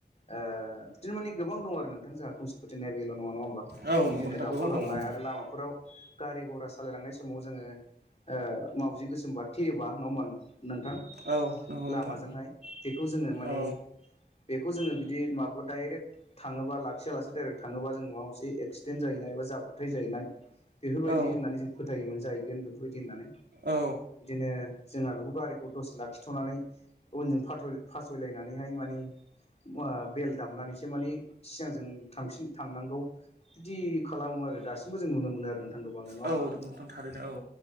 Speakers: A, on the left; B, on the right.
A: ओ बिदिनो मानि गोबां दं आरो नोंथां जोंहा खोमसि फोथायनाया बेल' नङा नङा होमबा
B: औ
A: बिदिनो
B: नंगौ नोंथां
A: दाउखा
B: गोबां
A: गाबनाय
B: दङ औ
A: आरो लामाफोराव गारि गरहा सालायलांनाय समाव जोङो ओ मावजि गोसोम बारथेयोबा नङा होनबा नों नोंथां
B: औ नंगौ नोंथां
A: लामाजोंहाय बेखौ जोङो माने
B: औ
A: बेखौ जोङो बिदि माबा डाइरेक्ट थाङोबा लाखियालासे डाइरेक्ट थाङोबा जों माबा मोनसे एक्सिडेन्ट जाहैनाय बा जाब्रबथाय जायैनाय बेफोरबायदि
B: औ
A: होननानै जों फोथायोमोन जाहैगोन बेफोरबायदि होननानै
B: औ
A: बिदिनो जोंहा बेखौ गारिखौ दसे लाखिथनानै उनजों फाथय फासयलायनानैहाय मानि ओ बेल दामनानैसो मानि सिगांजों थांफिन थांनांगौ बिदि खालामो आरो दासिमबो जों नुनो मोनो आरो नांगौबावनो नङा होमबा
B: औ नंगौ नोंथां थारैनो औ